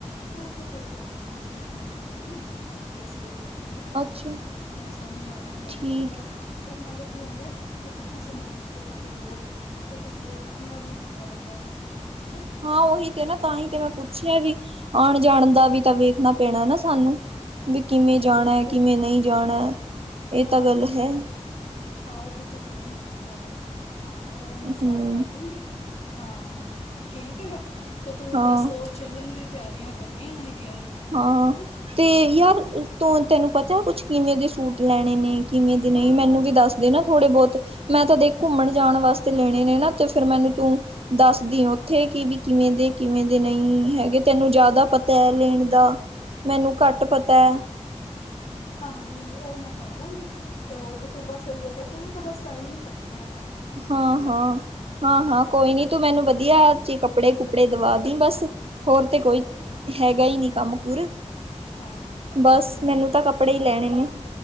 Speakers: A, on the left (about 60°); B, on the right (about 55°).
A: ਓ ਤਾਂ ਫੇਰ ਆਪਣੇ ਕੋਲ ਗੱਡੀ ਡਰਾਈਵਰ ਹੈਗਾ ਨਾ ਤੇ ਅਸੀਂ ਓਦੇ ਤੇ ਚਲੇ ਜਾਣਗੇ
B: ਅੱਛਾ
A: ਫੇਰ ਓ ਸਾਨੂੰ ਨਾਲ ਲੈ
B: ਠੀਕ
A: ਵੀ ਜਾਏਗਾ ਫੇਰ ਨਾਲੇ ਕੀ ਹੁੰਦਾ ਐ ਕੀ ਪੀਛੋਂ ਸਮਾਨ ਏਕ ਜਗਾ ਤੋਂ ਲੋ ਤੇ ਤੁਸੀਂ ਓ ਰੱਖਣਾ ਵੀ ਹੁਨ ਮੈ ਹੈਗਾ ਹਨਾ।
B: ਹਾਂ ਓਹੀ ਤੇ ਨਾ ਤਾਂ ਹੀ ਤੇ ਮੈਂ ਪੁੱਛੇਆ ਵੀ ਆਣ-ਜਾਣ ਦਾ ਵੀ ਤਾਂ ਵੇਖਣਾ ਪੈਣਾ ਨਾ ਸਾਨੂੰ, ਵੀ ਕੀਵੇਂ
A: ਨਹੀਂ ਨਹੀਂ
B: ਜਾਣਾ
A: ਉਹਦੇ ਤੋਂ
B: ਕੀਵੇਂ ਨੲ ਈ ਜਾਣਾ। ਏ
A: ਹਾਂ
B: ਤਾਂ ਗੱਲ
A: ਉਹਦੇ
B: ਹੈ।
A: ਤੋਂ ਹਾਂ ਓਦੇ ਤੋਂ ਕੋਈ ਨੀ ਚਿੰਤਾ ਕਰ ਹਾਂ ਓ ਮੈਂ ਸਾਰਾ
B: ਹਮ
A: ਕਰ ਲੂੰਗੀ ਹਾਂ ਠੀਕ ਹੈਗਾ ਤਾਂ ਤੂੰ
B: ਹਾਂ
A: ਬਸ ਓ ਚੱਲਣ ਦੀ ਤਿਆਰੀਆਂ ਕਰਨੀਆਂ ਹੈਗੀਆਂ ਨੇ।
B: ਹਾਂ
A: ਹੈਂ
B: ਤੇ ਯਾਰ ਤੂੰ ਤੈਨੂੰ ਪਤਾ ਐ ਕੁਛ ਕੇਵੇਂ ਦੇ ਸੂਟ ਲੈਣੇ ਨੇ ਕੀਨੇ ਦੇ ਨਈ
A: ਹਾਂ
B: ਮੈਨੂੰ
A: ਹਾਂ
B: ਵੀ
A: ਹਾਂ
B: ਦੱਸਦੇ
A: ਹਾਂ
B: ਨਾ ਥੋੜੇ-ਬੋਤੇ ਮੈਂ ਤਾਂ ਦੇਖ ਘੁੰਮਣ ਜਾਣ ਵਾਸਤੇ ਲੈਣੇ ਨੇ ਨਾ ਤੇ ਫੇਰ ਮੈਨੂੰ ਤੂੰ ਦੱਸਦੀ ਓਥੇ ਕੀ ਵੀ ਕੀਵੇਂ ਦੇ ਕੀਵੇਂ ਦੇ ਨਈ ਹੈਗੇ ਤੈਨੂੰ ਜਾਦਾ ਪਤਾ ਲੇਨ ਦਾ ਮੈਨੂੰ ਘੱਟ ਪਤਾ ਐ।
A: ਹਾਂ-ਹਾਂ ਨਈ-ਨਈ ਓ ਮੈਂ ਕਰ ਲਾਂਗੀ ਤੇ ਓਥੋਂ ਤੋਂ ਬਸ ਸਈ ਹੈਗਾ ਤੂੰ ਤਾਂ ਬਸ ਟਾਈਮ ਈ ਕੱਢਣਾ ਹੈਗਾ।
B: ਹਾਂ-ਹਾਂ
A: ਠੀਕ ਹੈ
B: ਹਾਂ-ਹਾਂ ਕੋਈ ਨੀ ਤੂੰ ਮੈਨੂੰ ਵਧੀਆ ਚੇ ਕੱਪੜੇ-ਕੁਪੜੇ ਦਵਾ ਦੀ ਬਸ ਹੋਰ ਤੇ ਕੋਈ ਹੈਗਾ ਈ ਨੀ ਕੰਮ ਕੁਰ
A: ਹਾਂ
B: ਬਸ
A: ਨਹੀਂ
B: ਮੈਨੂੰ ਤਾਂ ਕੱਪੜੇ ਈ ਲੈਣੇ ਨੇ।